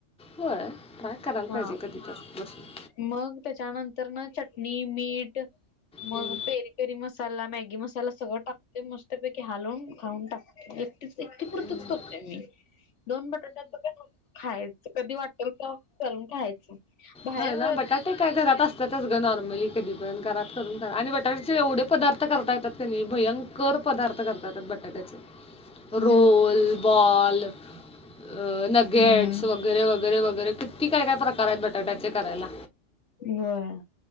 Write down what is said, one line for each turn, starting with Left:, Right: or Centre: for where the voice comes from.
Centre: होय ट्राय करायला
Left: हा.
Centre: पाहिजे कधी तर बसून.
Left: मग त्याच्यानंतर ना चटणी मीठ मग
Centre: हम्म.
Left: पेरी पेरी मस्त. मसाला मॅगी मसाला सगळं टाकते मस्तपैकी हालवून खाऊन टाकते. एकटे पुरतच
Centre: हम्म.
Left: करतोय मी दोन बटाट्याच. खायच कधी वाटेल का करलून खायचं. बाहेर
Centre: हा ना बटाटे काय घरात असतातच ग नॉर्मली कधीपात. कर आणि बटाट्याचे एवढे पदार्थ करता येतात क भयंकर पदार्थ करता येतात बटाट्याचे. रोोल
Left: हम्म.
Centre: बॉल अ नगेट्स
Left: हम्म
Centre: वगैर. वगैरे वैे वगैरे किती काय काय प्रकार. ताट्याचे करायला
Left: होय.